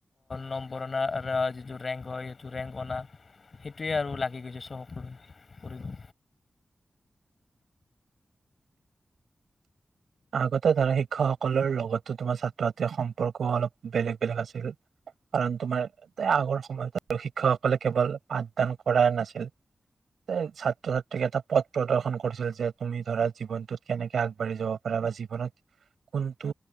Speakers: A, on the left; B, on the right.
A: নম্বৰ অনাৰ যিটো ৰেংক হয় সেইটো ৰেংক অনা সেইটোৱে আৰু লাগি গৈছে চ সকলোৱে কৰিব
B: আগতে ধৰা শিক্ষকসকলৰ লগতো তোমাৰ ছাত্ৰ ছাত্ৰীৰ সম্পৰ্ক অলপ বেলেগ বেলেগ আছিল কাৰণ তোমাৰ আগৰ সময়ত শিক্ষকসকলে কেৱল পাঠদান কৰা নাছিল এ ছাত্ৰ ছাত্ৰীক এটা পথ প্ৰদৰ্শন কৰিছিল যে তুমি ধৰা জীৱনটোত কেনেকে আগবাঢ়ি যাব বা জীৱনত কোনটো